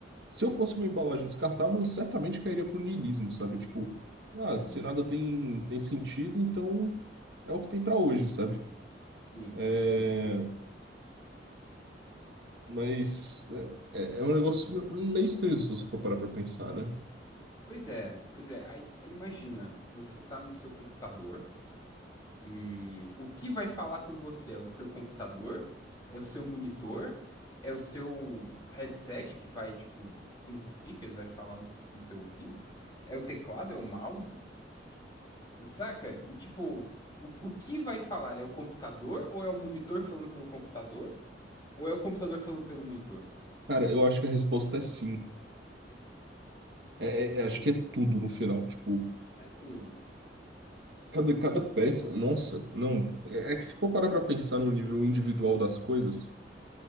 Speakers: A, on the right; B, on the left.
A: se eu fosse uma embalagem descartável, eu certamente cairia pro niilismo, sabe? Tipo, ah,
B: Hum,
A: se nada tem, tem sentido, então é o que tem para hoje, sabe?
B: sim,
A: É,
B: sim, realmente.
A: mas é, é é um negócio meio estranho se você for parar pra pensar, né?
B: Pois é, pois é. Aí, aí imagina, você tá no seu computador e o que vai falar com você é o seu computador, é o seu monitor, é o seu headset que vai, tipo, com os speakers, vai falar no, s- no seu ouvido, é o teclado, é o mouse, saca? E, tipo, o, o que vai falar? É o computador ou é o monitor falando pelo computador? Ou é o computador falando pelo monitor?
A: Cara, eu acho que a resposta é sim. É, é- é, acho que é tudo no final. Tipo,
B: É tudo.
A: cada, cada peça. Nossa, não. É, é que se for parar pra pensar no nível individual das coisas.